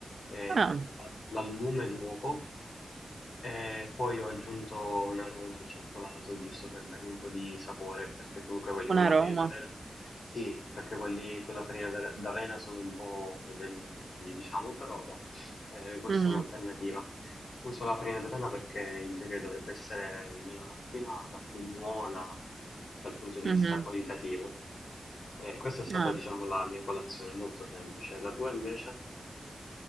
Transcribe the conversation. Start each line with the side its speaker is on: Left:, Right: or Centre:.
Left: eh,
Right: Ah,
Left: l'albume e l'uovo E poi ho aggiunto un aroma al cioccolato, giusto per dargli un po' di sapore, perché comunque quelli
Right: un
Left: con
Right: aroma.
Left: la farina d'avena, sì, perché quelli con la farina d'are- d'avena sono un po' meno buoni, diciamo, però eh, questa
Right: Mm,
Left: è un'alternativa. Uso la farina d'avena perché in teoria dovrebbe essere meno raffinata, più buona dal punto di
Right: mhm.
Left: vista qualitativo. Eh, questa è stata,
Right: Ah,
Left: diciamo, la mia colazione, molto semplice. La tua invece?